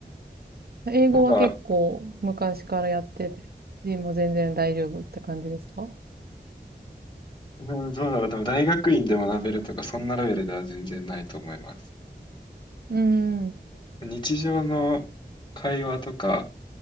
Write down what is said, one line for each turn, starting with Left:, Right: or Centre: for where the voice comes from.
Right: 英語は結構昔からやってて、
Left: まだ
Right: でも全然大丈夫って感じですか
Left: うん、そうだろう。でも大学院で学べるとか、そんなレベルでは全然ないと思います。
Right: うん。
Left: 日常の会話とか、